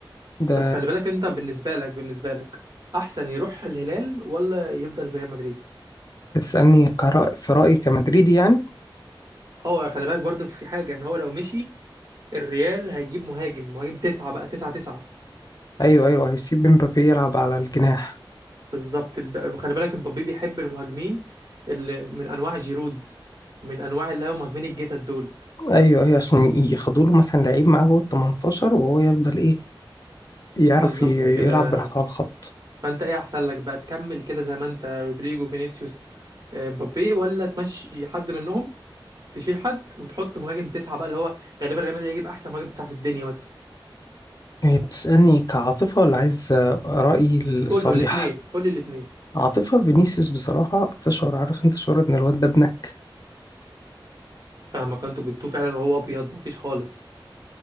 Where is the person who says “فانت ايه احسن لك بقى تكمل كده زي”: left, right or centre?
Right